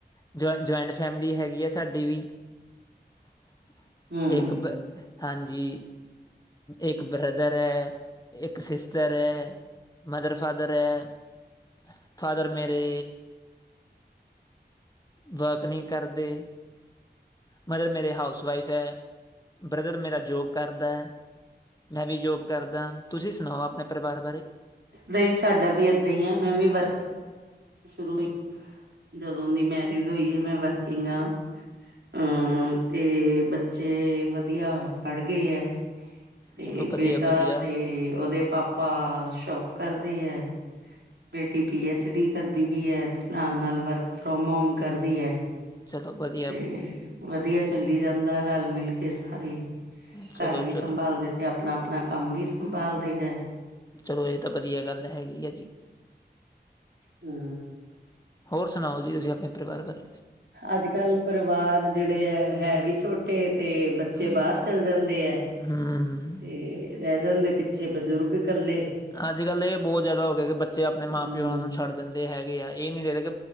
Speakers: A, on the left (about 20°); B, on the right (about 80°).
A: ਜਇ ਜੁਆਇੰਟ ਫੈਮਿਲੀ ਹੈਗੀ ਆ ਸਾਡੀ ਵੀ <inaudible>
B: ਹਮ
A: ਇੱਕ, ਹਾਂਜੀ, ਇੱਕ ਬ੍ਰਦਰ ਹੈ ਇੱਕ ਸਿਸਟਰ ਹੈ, ਮਦਰ ਫਾਦਰ ਹੈ ਫਾਦਰ ਮੇਰੇ ਵਰਕ ਨਹੀਂ ਕਰਦੇ, ਮਦਰ ਮੇਰੇ ਹਾਊਸ ਵਾਈਫ ਹੈ। ਬ੍ਰਦਰ ਮੇਰਾ ਜੋਬ ਕਰਦਾ ਹੈ, ਮੈਂ ਵੀ ਜੋਬ ਕਰਦਾ, ਤੁਸੀਂ ਸੁਣਾਓ ਆਪਣੇ ਪਰਿਵਾਰ ਬਾਰੇ
B: ਨਈ ਸਾਡਾ ਵੀ ਏਦਾਂ ਈ ਐ ਮੈਂ ਵੀ ਵਰਕ
A: ਨਾ <unintelligible>
B: ਸ਼ੁਰੂ ਹੋਈ ਜਦੋਂ ਦੀ ਮੈਰਿਜ ਹੋਈ ਆ ਮੈਂ ਵਰਕਿੰਗ ਆਂ। ਅੰ ਤੇ ਬੱਚੇ ਵਦੀਆ ਪੜ੍ਹ ਗਏ ਐ। ਤੇ
A: ਚਲੋ ਵਧੀਆ
B: ਬੇਟਾ
A: ਵਧੀਆ
B: ਤੇ ਓਦੇ ਪਾ ਪਾ ਸ਼ੋਪ ਕਰਦੀ ਐ ਬੇਟੀ ਪੀ ਐਚ ਡੀ ਕਰਦੀ ਵੀ ਐ ਤੇ ਨਾਲ-ਨਾਲ ਵਰਕ ਫਰੋਮ ਹੋਮ ਕਰਦੀ ਐ।
A: ਚਲੋ ਵਦੀ-
B: ਤੇ ਵਦੀਆ ਚੱਲੀ ਜਾਂਦਾ ਰਲ ਮਿਲ ਤੇ ਸਾਰੇ
A: ਚਲੋ
B: ਘਰ ਵੀ
A: ਚਲੋ
B: ਸੰਭਾਲਦੇ ਤੇ ਆਪਨਾ-ਆਪਨਾ ਕੰਮ ਵੀ ਸੰਭਾਲਦੇ ਐ।
A: ਚਲੋ ਏ ਤਾਂ ਵਦੀਆ ਗੱਲ ਹੈਗੀ ਐ ਜੀ।
B: ਹੂੰ
A: ਹੋਰ ਸਨਾਓ ਜੀ ਤੁਸੀਂ ਆਪਨੇ ਪਰਿਵਾਰ ਬਾਰੇ
B: ਅੱਜ ਕੱਲ੍ਹ ਪਰਿਵਾਰ ਜਿਹੜੇ ਹੈ ਹੈ ਵੀ ਛੋਟੇ ਤੇ ਬੱਚੇ
A: <inaudible>
B: ਬਾਹਰ ਚੱਲ ਜਾਂਦੇ ਹੈ।
A: ਹੂੰ।
B: ਤੇ ਰੈ ਜਾਂਦੇ ਪਿੱਛੇ ਬਜ਼ੁਰਗ ਕੱਲੇ
A: ਅੱਜ ਕੱਲ ਏ ਬਹੁ ਜ਼ਾਦਾ ਹੋ ਗਿਆ ਕਿ ਬੱਚੇ ਆਪਨੇ
B: ਹੂੰ
A: ਮਾਂ ਪਿਓਆਂ ਨੂੰ ਛੱਡ ਦਿੰਦੇ ਹੈਗੇ ਆ। ਏ ਮੇਰੇ ਵਰਗੇ